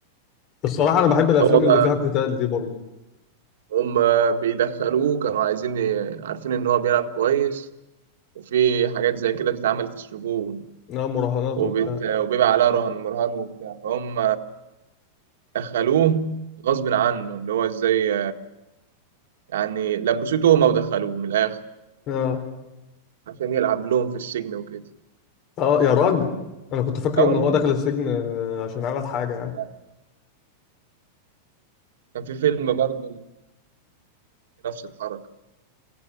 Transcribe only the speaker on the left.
الصراحه انا بحب الافلام
اللي فيها قتال دي برضه
انها مراهنات
وبتاع
اه
اه يا راجل انا كنت فاكر
ان
هو دخل السجن آه، عشان عمل حاجه يعني